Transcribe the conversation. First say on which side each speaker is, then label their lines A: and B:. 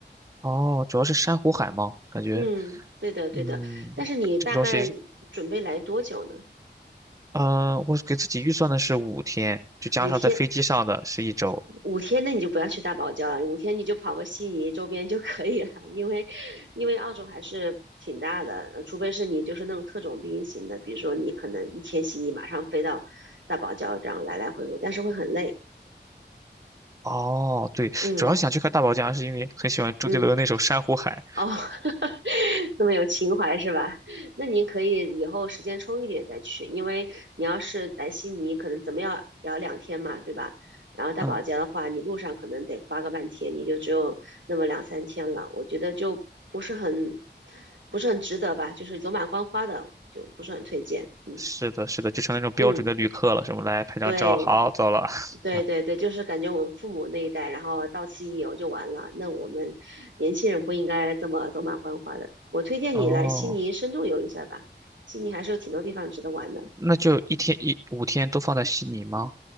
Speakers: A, on the right; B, on the right.
A: 哦，主要是珊瑚海嘛，感觉
B: 嗯，对的对的。
A: 嗯，
B: 但是你大概准备来多久呢？
A: 这个东西，呃，我给自己预算的是五天，就加上在飞机上的是一周。
B: 五天，五天那你就不要去大堡礁了，五天你就跑个悉尼周边就可以了，<laughs> 因为因为澳洲还是挺大的，呃除非是你就是那种特种兵型的，比如说你可能一天悉尼马上飞到大堡礁这样来来回回，但是会很累。
A: 哦，对，
B: 嗯
A: 主要想去看大堡礁，是因为很喜欢周杰伦那首《珊瑚海》。
B: 嗯。哦，<laughs> 这么有情怀是吧？那您可以以后时间充裕点再去，因为你要是来悉尼，可能怎么样也要两天嘛，对吧？然后大堡礁的话，
A: <laughs> 嗯，
B: 你路上可能得花个半天，你就只有那么两三天了，我觉得就不是很不是很值得吧，就是走马观花的，就不是很推荐。嗯
A: 是的，是的，就成那种标准的旅客了，
B: 嗯，
A: 什么来拍张照，
B: 对。
A: 好，走了。<laughs>
B: 对对对，就是感觉我们父母那一代，然后到此一游就完了。那我们年轻人不应该这么走马观花的。我推荐你来悉尼深度游一下吧，
A: 哦，
B: 悉尼还是有挺多地方值得玩的。
A: 那就一天一五天都放在悉尼吗？